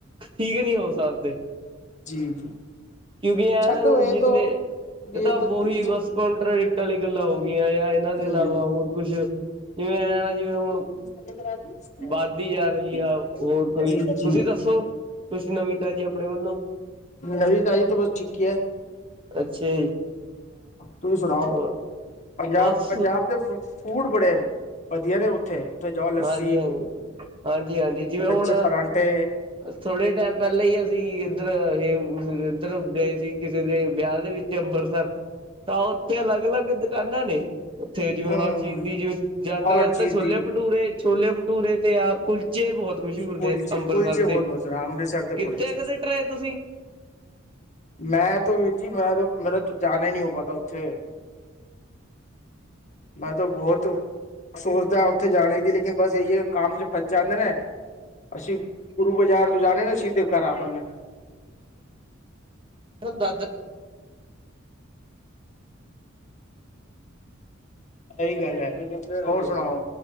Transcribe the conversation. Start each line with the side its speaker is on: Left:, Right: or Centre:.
Right: ਠੀਕ ਨਹੀਂ ਹੋ ਸਕਦੇ।
Left: ਜੀ ਜੀ
Right: ਕਿਉਂਕਿ ਐ
Left: ਛੱਡੋ
Right: ਨਾ ਹੁਣ
Left: ਇਹ
Right: ਜਿੰਨੇ
Left: ਤੋਂ
Right: ਇਹ ਤਾਂ ਵੋਹੀ
Left: ਤੋਂ ਤੁਸੀਂ
Right: ਬਸ ਪ੍ਡਿਕਟ ਆਲੀ ਗੱਲਾਂ ਹੋ ਗਈਆਂ ਯਾ ਇਹਨਾਂ ਦੇ
Left: ਹਮ
Right: ਇਲਾਵਾ ਹੋਰ ਕੁਛ, ਜਿਵੇਂ ਐ ਜਿਵੇਂ ਹੁਣ
Left: <unintelligible>
Right: ਵੱਧਦੀ ਜਾ ਰਹੀ ਆ ਹੋਰ ਕੋਈ
Left: ਜੀ ਜੀ।
Right: ਤੁਸੀਂ ਦੱਸੋ ਕੁਛ ਨਵੀਂ ਤਾਜੀ ਅਪਣੇ ਵੱਲੋਂ
Left: ਨਵੀ ਤਾਜੀ ਤਾਂ ਬਸ ਠੀਕ ਹੀ ਐ।
Right: ਅੱਛਾ ਜੀ।
Left: ਤੁਸੀਂ ਸੁਣਾਓ,
Right: ਹੋਰ
Left: ਪੰਜਾਬ,
Right: ਬਸ
Left: ਪੰਜਾਬ ਦੇ ਫ ਫੂਡ ਬੜੇ ਵਧੀਆ ਨੇ ਉੱਥੇ ਜਾਓ ਲੱਸੀ
Right: ਹਾਂਜੀ-ਹਾਂਜੀ, ਹਾਂਜੀ-ਹਾਂਜੀ ਜਿਵੇਂ ਹੁਣ
Left: ਲੱਛੇ ਪਰਾਂਠੇ
Right: ਥੋੜ੍ਹੇ ਟਾਈਮ ਪਹਿਲਾਂ ਈ ਅਸੀਂ ਇੱਧਰ ਇਹ ਇੱਧਰ ਗਏ ਸੀ ਕਿਸੇ ਦੇ ਵਿਆਹ ਦੇ ਵਿੱਚ ਅੰਬਰ ਸਰ ਤਾਂ ਓਥੇ ਅਲੱਗ-ਅਲੱਗ ਦੁਕਾਨਾਂ ਨੇ। ਉੱਥੇ ਜਿਵੇਂ
Left: ਹਮ
Right: ਹਰ ਚੀਜ਼ ਦੀ ਜਿਵੇਂ ਯਾਤਰਾ
Left: ਹਰ
Right: ਵਾਸਤੇ
Left: ਚੀਜ਼
Right: ਛੋਲੇ
Left: ਦੀ
Right: ਛੋਲੇ-ਭਟੂਰੇ ਤੇ ਆ। ਕੁਲਚੇ ਬਹੁਤ ਮਸ਼ਹੂਰ
Left: ਕੁਲਚੇ
Right: ਨੇ ਅੰਮ੍ਰਿਤਸਰ
Left: ਕੁਲਚੇ ਬਹੁਤ
Right: ਦੇ
Left: ਮਜ਼ੇ ਅੰਮ੍ਰਿਤਸਰ ਦੇ
Right: ਕਿਤੇ
Left: ਕੁਲਚੇ
Right: ਕਦੇ ਟਰਾਏ ਤੁਸੀਂ?
Left: ਮੈਂ ਤੋ ਵੀਰ ਜੀ ਮੈਂ ਤੋ ਮੇਰਾ ਤੋ ਜਾਣਾ ਈ ਨਈ ਓ ਪਾਤਾ ਉੱਥੇ। ਮੈਂ ਤਾਂ ਬਹੁਤ ਸੋਚਦਾ ਉੱਥੇ ਜਾਣੇ ਦੀ ਲੇਕਿਨ ਬਸ ਇਹੀ ਐ ਕੰਮ ਚ ਫਸ ਜਾਂਦੇ ਨੇ ਅਸੀਂ ਗੁਰੂ ਬਾਜ਼ਾਰ ਤੂੰ ਜਾਨੇ ਨਾ ਅਸੀ ਤੇ ਕਰਾ <unintelligible>
Right: ਦਾ ਦਾਦਾ
Left: ਸਹੀ ਗੱਲ ਐ ਹੋਰ ਸੁਣਾਓ।